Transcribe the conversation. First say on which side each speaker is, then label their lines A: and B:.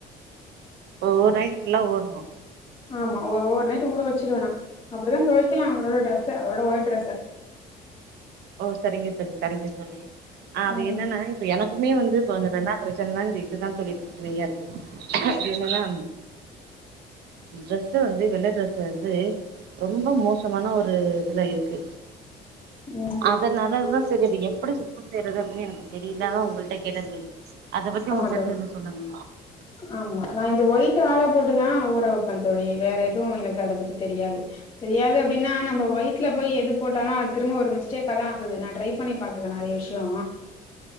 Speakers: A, on the right; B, on the left.
A: ஓ ஓவர் நைட்டு ஃபுல்லா ஊற்ணு
B: ஆமா ஒரு ஓவர் நைட் ஊற வெச்சிடுவே நா அப்டிதா தொவைக்கலா அவரோட ட்ரெஸ்ஸ அவரோட ஒய்ட் ட்ரெஸ்ஸ
A: ஓ செரிங்க தோழி செரிங்க தோழி ஆ அது
B: ம்
A: என்னன்னா எனக்குமே வந்து இப்ப வந்து இப்ப என்னா பிரச்சனனா இந்த இக்கு தா தோழி பிரச்சனையா இருக்கு அது என்னன்னா ட்ரெஸ்சு வந்து வெள்ள ட்ரெஸ்சு வந்து ரொம்போ மோசமான ஒரு இதுல இருக்கு
B: ம்
A: அதனாலதா செரி அது எப்டி சுத்தோ செய்யறது அப்டினே எனக்கு தெரிய்ல உங்கள்ட்ட கேட்டே தோழி அத பத்தி உங்ளுக்கு
B: ஆமா
A: தெரிஞ்சத
B: தோழி
A: சொல்லுங்க
B: ஆமா நா இந்த ஒயிட்டு ஆலா போட்டுதா ஊற வெப்பே தோழி வேற எதுவு எனக்கு அத பத்தி தெரியாது தெரியாது அப்டினா நம்ம ஒயிட்ல போய் எது போட்டாலு அது திரும்ப ஒரு மிஸ்டேக்கா தா ஆகுது நா ட்ரை பண்ணி பாத்திருக்கே நறையா விஷ்யோ